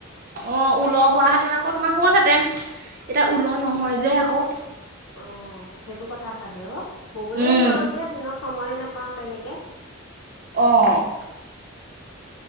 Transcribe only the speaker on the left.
অঁ' সেইটো কথা চাগে অও, ব'বলে
নোৱাৰো এতিয়া দিনত সময়ে নেপাওঁ তেনেকে।